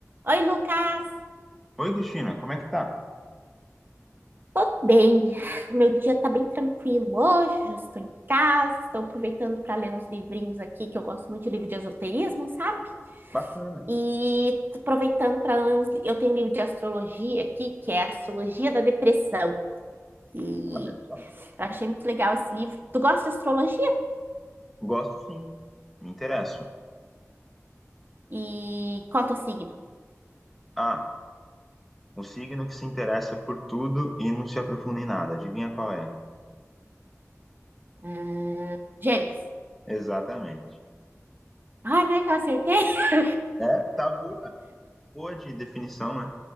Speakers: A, on the right; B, in the centre.
A: Oi, Lucas.
B: Oi, Cristina, como é que tá?
A: Tô bem. O meu dia tá bem tranquilo hoje. Já estou em casa, estou aproveitando para ler uns livrinhos aqui, que eu gosto muito de livro de esoterismo, sabe?
B: Bacana,
A: E tô aproveitando para ler uns... Eu tenho um livro de astrologia aqui, que é Astrologia da Depressão. E
B: olha só.
A: eu achei muito legal esse livro. Tu gosta de astrologia?
B: Gosto sim, me interesso.
A: E qual é o teu signo?
B: Ah, o signo que se interessa por tudo e não se aprofunda em nada. Adivinha qual é?
A: Ah, Gêmeos.
B: Exatamente.
A: Ai, não é que eu acertei? <laughs>
B: É, tá boa. Boa de definição, né?